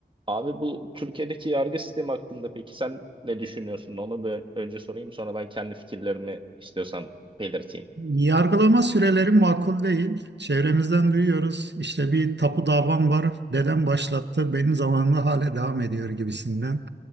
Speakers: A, on the right; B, on the right.
A: Abi bu Türkiye'deki yargı sistemi hakkında peki sen ne düşünüyorsun? Onu bir önce sorayım sonra ben kendi fikirlerimi istiyorsan belirteyim.
B: Yargılama süreleri makul değil. Çevremizden duyuyoruz. İşte bir tapu davam var. Dedem başlattı. Benim zamanımda hala devam ediyor gibisinden.